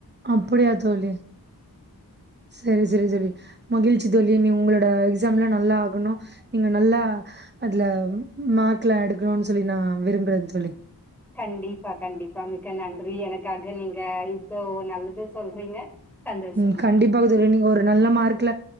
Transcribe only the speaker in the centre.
கண்டிபா கண்டிபா மிக்க நன்றி எனக்காக நீங்க இவ்ளோ நல்லது சொல்றீங்க சந்தோஷம்